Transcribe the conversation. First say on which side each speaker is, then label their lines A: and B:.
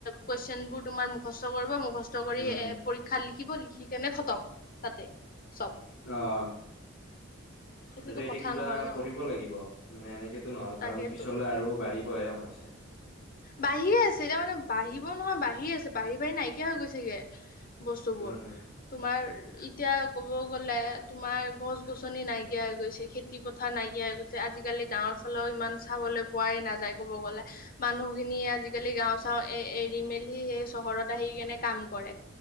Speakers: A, on the left (about 45°); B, on the left (about 75°).
A: কোৱেচন বোৰ তোমাৰ মুখষ্ট কৰিব, মুখষ্ট কৰি
B: উম
A: পৰীক্ষাত লিখিব। লিখিব, লিখি কেনে খতম। তাতে, চব।
B: অ'।
A: সেইটোতো
B: তাকে এতিয়া
A: কথা
B: কিবা
A: নহয় ন
B: কৰিব লাগিব। মানে এনেকেতো নহয়, কাৰণ
A: তাকেতো
B: পিছলৈ আৰু বাঢ়ি। বহে সমস্যা।
A: বাঢ়িয়ে আছে, এতিয়া মানে বাঢ়িব নহয়। বাঢ়ি আছে, বাঢ়ি বাঢ়ি নাইকিয়া হৈ গৈছেগে। বস্তুবোৰ।
B: উম
A: তোমাৰ। এতিয়া ক'ব গ'লে, তোমাৰ গছ-গছনি নাইকিয়া হৈ গৈছে। খেতি পথাৰ নাইকিয়া হৈ গৈছে। আজি আজিকালি গাঁওৰ ফালেও ইমান চাবলৈ পোৱাই নাযায় ক'ব গ'লে। মানুহ মানুহখিনিয়ে আজিকালি গাওঁ চাওঁ এ এৰি মেলি। সেই চহৰত আহি কেনে কাম কৰে।